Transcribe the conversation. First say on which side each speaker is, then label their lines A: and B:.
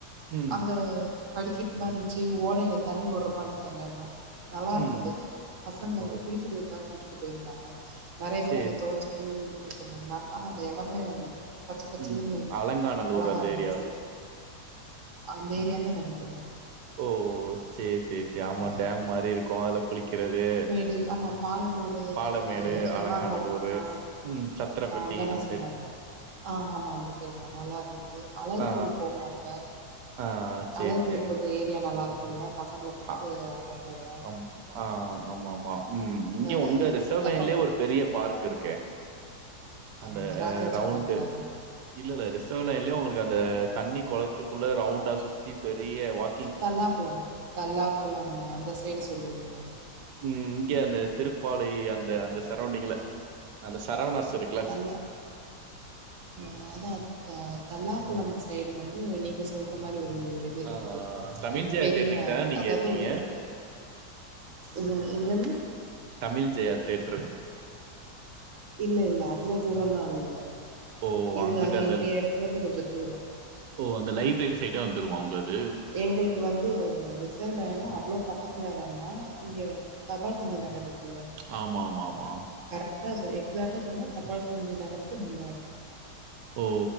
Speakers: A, on the right; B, on the right.
A: ம்
B: அங்க படிக்கெட்டு மாரி இருந்ச்சி ஓடையில தண்ணி ஓர்ற மார் இருந்ச் அந்த எடம் நல்லாருந்துது
A: ம்
B: பசங்க அங்க
A: ஓ
B: குளிக்றக்காக கூட்டிட்டு போய்ருந்தாங்க நெறைய பேர்
A: சேரி
B: அங்க தோச்சு டு போட்டு இருந்தாங்க ஆனா அந்த எடமே பச்ச பச்சேனு
A: ம் அலங்காநல்லூர்
B: அழகா
A: அந்த
B: ருந்துச்சே
A: ஏரியா
B: அந்த
A: ம்
B: ஏரியா தா நெனைக்குற
A: ஓ சேர் சேர் செ ஆமா
B: ஆ
A: டேம் மாரி இருக்கோ அதல குளிக்கிறது
B: து ஆமாப் பாலமேடு
A: பாலமேடு
B: சீடா ஏதோ சொன்னாங்க
A: அலங்காநல்லூரு
B: அவ்ங்க ஆ
A: ம் சத்திரப்பட்டி
B: ஆ அங்கதா
A: அந்த
B: சொன்னாங்க
A: சைடு
B: ஆ ஆமா அந்த சய்ட் தா நல்லா ருந்துது அலரி
A: ஆ
B: கோய்ல் போவோ அப்ப
A: ஆ ஆ சேரி
B: அலரி கோவில்
A: சேரி
B: பக் து ஏரியா நல்லா ருக்குல பசங்ள கூட்டு
A: ஆ
B: அங்க போவோ
A: ஆ ஆமா ஆமா ம் இங்க
B: வேற
A: உங்க ரிசவ்
B: தப்ப
A: லைன்லே ஒரு பெரிய பார்க் இருக்கே அந்த
B: ஆமா
A: அ
B: ராஜாஜி
A: ரவ்ண்டு
B: பார்க்கா
A: இல்ல இல்ல ரிசவ்லைன்லே உங்ளுக் அந்த தண்ணி கொளத்துக்குள்ள ரவுண்டா சுத்தி பெரிய வாக்
B: தல்லாக்குளம் தல்லாக்குளம் அந்த சய்டு சொல்றீங்கலா
A: ம் இங்க அந்த திருப்பாளை அந்த அந்த சரௌண்டிங்ல அந்த சரவணாஸ் இருக்
B: தள்ளா மா அதா த தல்லாகுளம் சைடு வந்து நீங்க சொல்ற மாரி ஒரு ஒரு இ இருக்குது
A: ஆ தமிழ் ஜெயா
B: பெரிய
A: தியேட்டர் கிட்ட நீங்க
B: அதாவ்து
A: இருக்கீங்க?
B: ஒரு ஆ எங்கென்ன
A: தமில் ஜெயா தேட்ரு
B: இல்ல இல்ல அவ்ளோ தூரோலா இல்ல
A: ஓ!
B: இது
A: அங்கிட்டு
B: அது
A: அந்த
B: எங்க எடத்லருந்து கொஞ்சோ தூரோ
A: ஓ அந்த லைப்ரெரி சேய்டா வந்ருமா உங்க அது
B: எங்ளுக்கு வந்து ரிசவ் வேணா அவ்ளோ பக்கத்ல வேணா இங்க தபால் தந்தி நகர் இருக்ல
A: ஆமா ஆமா ஆமா
B: கரக்டா எக்ஸாக்ட்டா சொல்லுனா தபால் தந்தி நகருக்கு முன்னாடி
A: ஓ